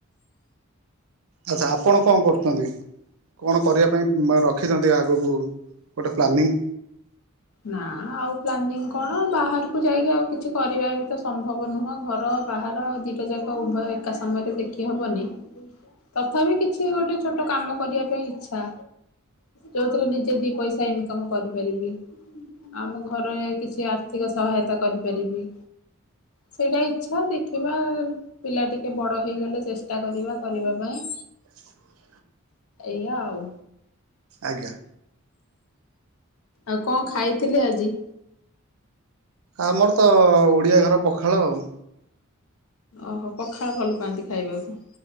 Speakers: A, on the right; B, on the left.
A: ଆଛା, ଆପଣ କଣ କରୁଛନ୍ତି, କଣ କରିବା ପାଇଁ ରଖିଛନ୍ତି ଆଗକୁ ଗୋଟେ ପ୍ଲାନିଂ?
B: ନା, ଆଉ ପ୍ଲାନିଂ କଣ? ବାହାରକୁ ଯାଇକି ଆଉ କିଛି କରିବା ବି ତ ସମ୍ଭବ ନୁହଁ। ଘର ବାହାର ଦିଟା ଯାକ ଉଭୟ, ଏକା ସମୟରେ ଦେଖି ହବନି। ତଥାପି, କିଛି ଗୋଟେ ଛୋଟ କାମ କରିବା ପାଇଁ ଇଚ୍ଛା! ଯୋଉଥିରେ ନିଜେ ଦି ପଇସା ଇନ୍ କମ୍ କରିପାରିବି? ଆମ ଘରେଏ କିଛି ଆର୍ଥିକ ସହାୟତା କରିପାରିବି। ସେଇଟା ଇଚ୍ଛା, ଦେଖିବା-ଆ ପିଲା ଟିକେ ବଡ ହେଇଗଲେ, ଚେଷ୍ଟା କରିବା କରିବା ପାଇଁ।
A: ଆଛ
B: ଏଇଆ ଆଉ।
A: ଆଜ୍ଞା।
B: ଆଉ କଣ ଖାଇଥିଲେ ଆଜି?
A: ଆମର ତ, ଓଡିଆ ଘର ପଖାଳ ଆଉ।
B: ଓହୋ! ପଖାଳ ଭଲ ପାଆନ୍ତି ଖାଇବାକୁ?